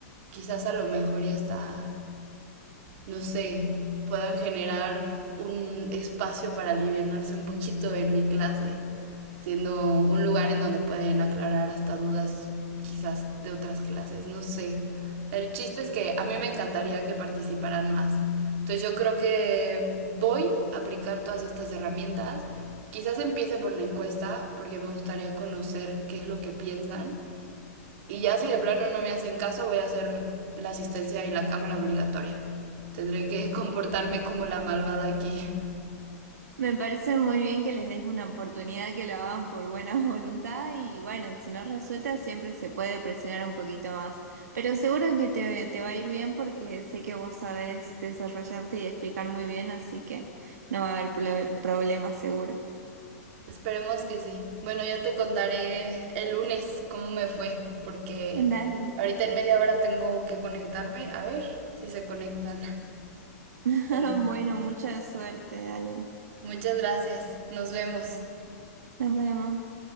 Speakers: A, on the right; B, on the right.
A: quizás a lo mejor ya está no sé, puedan generar un espacio para alivianarse un poquito en mi clase, siendo un lugar en donde pueden aclarar hasta dudas quizás de otras clases, no sé. El chiste es que a mí me encantaría que participaran más. Entonces yo creo que voy a aplicar todas estas herramientas. Quizás empiece por la encuesta, porque me gustaría conocer qué es lo que piensan y ya si de plano no me hacen caso, voy a hacer la asistencia y la cámara obligatoria. Tendré que <laughs> comportarme como la malvada aquí.
B: Me parece muy bien que les des una oportunidad que lo hagan por buena <laughs> voluntad y bueno, si no resulta siempre se puede presionar un poquito más, pero seguro que te, te va a ir bien porque sé que vos sabés desarrollarte y explicar muy bien, así que no va a haber proble- problema seguro.
A: Esperemos que sí. Bueno, yo te contaré el lunes cómo me fue, porque
B: Dale.
A: ahorita en media hora tengo que conectarme. A ver si se conectan.
B: <laughs>
A: Pero
B: Bueno, mucha suerte, dale.
A: muchas gracias. Nos vemos.
B: Nos vemos.